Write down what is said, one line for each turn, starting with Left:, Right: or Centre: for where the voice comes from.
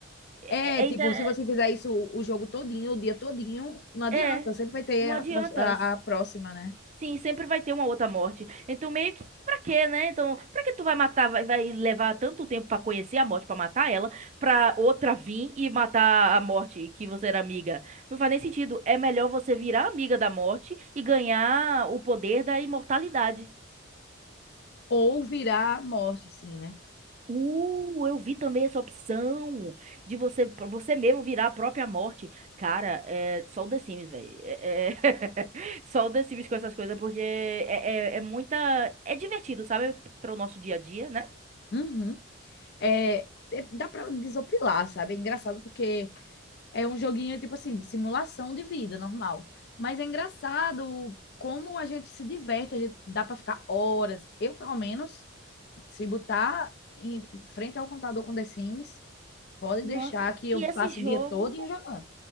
Right: É,
Left: É, tipo,
Right: é, é, inter-
Left: se você fizer isso o jogo todinho, o dia todinho, não adianta.
Right: é, é,
Left: Sempre vai ter
Right: não
Left: a,
Right: adianta.
Left: pró- a, a próxima, né?
Right: Sim, sempre vai ter uma outra morte. Então, meio que pra quê, né? Então, pra que tu vai matar, vai, vai levar tanto tempo pra conhecer a morte, pra matar ela, pra outra vir e matar a morte que você era amiga? Não faz nem sentido. É melhor você virar amiga da morte e ganhar o poder da imortalidade.
Left: Ou virar morte, sim, né?
Right: Uh, eu vi também essa opção de você pra você mesmo virar a própria morte. Cara, é só o The Sims, velho. É, é- <laughs> Só o The Sims com essas coisas, porque é, é, é muita. É divertido, sabe? Para o nosso dia a dia, né?
Left: Uhum. É, é- dá pra desopilar, sabe? É engraçado porque É um joguinho, tipo assim, de simulação de vida normal. Mas é engraçado como a gente se diverte, a gente dá para ficar horas. Eu, pelo menos, se botar em frente ao computador com The Sims, pode
Right: No-
Left: deixar que eu
Right: E esse
Left: passo
Right: jogo.
Left: o dia todo jogando.